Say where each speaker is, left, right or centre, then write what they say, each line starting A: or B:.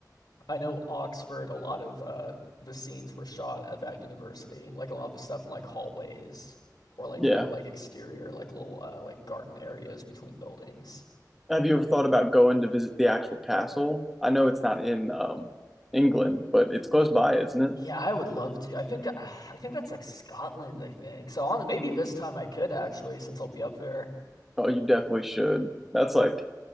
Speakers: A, on the left; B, in the centre.
A: I know Oxford, a lot of uh the scenes were shot at that university. Like a lot of the stuff in like hallways or like
B: Yeah.
A: the like exterior like little uh like garden areas between buildings.
B: Have you ever thought about going to visit the actual castle? I know it's not in um England, but it's close by, isn't it?
A: Yeah, I would love to. I think I think that's like Scotland, I think. So on maybe this time I could actually since I'll be up there.
B: Oh, you definitely should. That's like